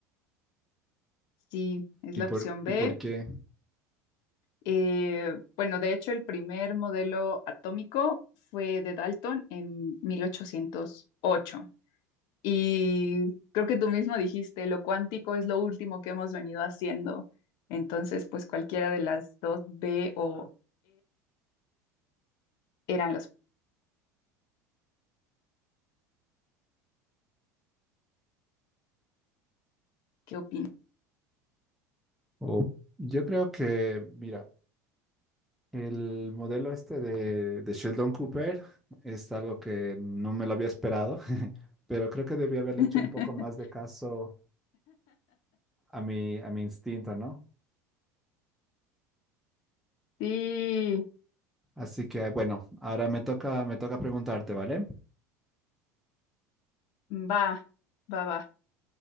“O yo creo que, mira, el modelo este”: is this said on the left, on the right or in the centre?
Centre